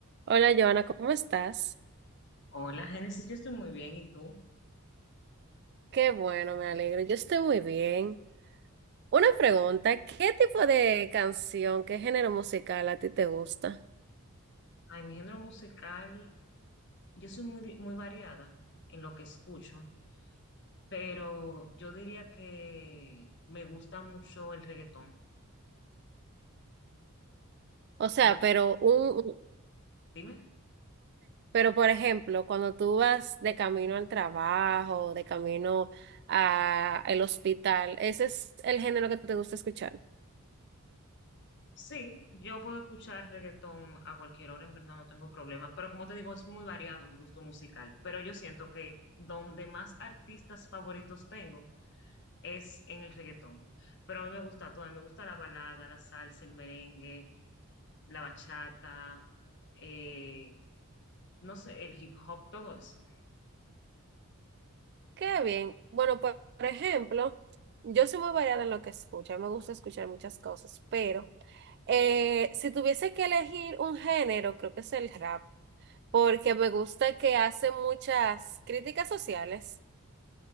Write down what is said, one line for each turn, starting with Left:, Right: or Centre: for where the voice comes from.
Right: Hola, Joana, ¿cómo estás?
Left: Hola, Génesis, yo estoy muy bien, ¿y tú?
Right: Qué bueno, me alegro. Yo estoy muy bien. Una pregunta, ¿qué tipo de canción, qué género musical a ti te gusta?
Left: Ay, mi género musical, yo soy muy, di- muy variada en lo que escucho, pero yo diría que me gusta mucho el reggaetón.
Right: O sea,
Left: Como que,
Right: pero un, un-
Left: dime,
Right: pero por ejemplo, cuando tú vas de camino al trabajo, de camino a el hospital, ¿ese es el género que te gusta escuchar?
Left: sí, yo puedo escuchar reggaetón a cualquier hora, en verdad no tengo problema, pero como te digo, es muy variado mi gusto musical, pero yo siento que donde más artistas favoritos tengo es en el reggaetón, pero a mí me gusta todo, a mí me gusta la balada, la salsa, el merengue. la bachata, eh, no sé, el hip hop, todo eso.
Right: Qué bien. Bueno, por, por ejemplo, yo soy muy variada en lo que escucho. A mí Me gusta escuchar muchas cosas, pero eh, si tuviese que elegir un género, creo que es el rap, porque me gusta que hace muchas críticas sociales